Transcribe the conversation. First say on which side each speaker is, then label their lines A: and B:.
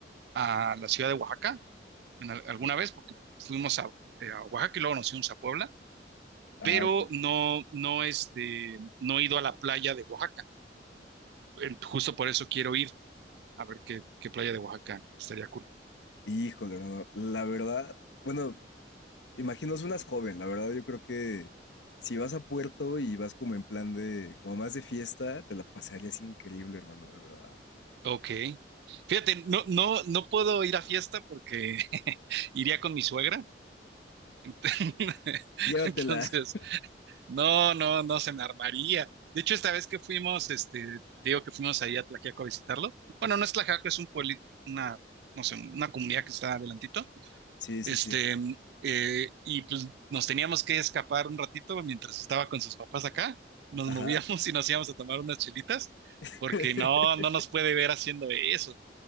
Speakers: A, on the right; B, on the left.
A: a la ciudad de Oaxaca en al- alguna
B: Ok.
A: vez porque fuimos a, eh, a Oaxaca y luego nos fuimos a Puebla
B: Ah,
A: pero
B: ok.
A: no, no, este, no he ido a la playa de Oaxaca. Eh, Justo por eso quiero ir a ver qué, qué playa de Oaxaca estaría cool.
B: Híjole, no, no, la verdad, bueno. Imagino unas joven, la verdad yo creo que si vas a Puerto y vas como en plan de, como más de fiesta, te la pasarías increíble, hermano, de verdad.
A: Ok. Fíjate, no, no, no puedo ir a fiesta porque <laughs> iría con mi suegra. <laughs>
B: Llévatela.
A: Entonces,
B: <laughs>
A: no, no, no se me armaría. De hecho, esta vez que fuimos, este, te digo que fuimos ahí a Tlaxiaco a visitarlos. Bueno, no es Tlaxiaco, es un pueblo, una, no sé, una comunidad que está adelantito.
B: Sí,
A: Este,
B: sí, sí.
A: eh, y pues nos teníamos que escapar un ratito mientras estaba con sus papás acá. Nos
B: Ajá.
A: movíamos <laughs> y nos íbamos a tomar unas chelitas,
B: <laughs>
A: porque no, no nos puede ver haciendo eso.